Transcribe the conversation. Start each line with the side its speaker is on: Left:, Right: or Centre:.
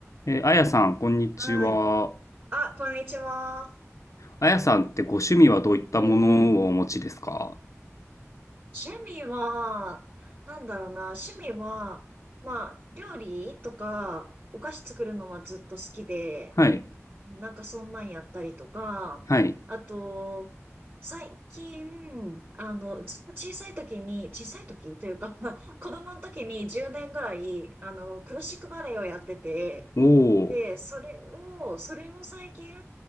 Left: えーあやさん、こんにちは。
Right: はい。あ、こんにちは。
Left: あやさんってご趣味はどういったものをお持ちですか
Right: うんうん。趣味は、なんだろうな、趣味は、まあ、料理とか、お菓子作るのはずっと好きで、
Left: はい、
Right: なんかそんなんやったりとか、
Left: はい。
Right: あと、最近、あの、ずっと小さい時に、小さい時というか、<laughs> 子供の時に10年ぐらい、あの、クラシックバレエをやってて、
Left: お
Right: で、
Left: ー、
Right: それを、それを最近、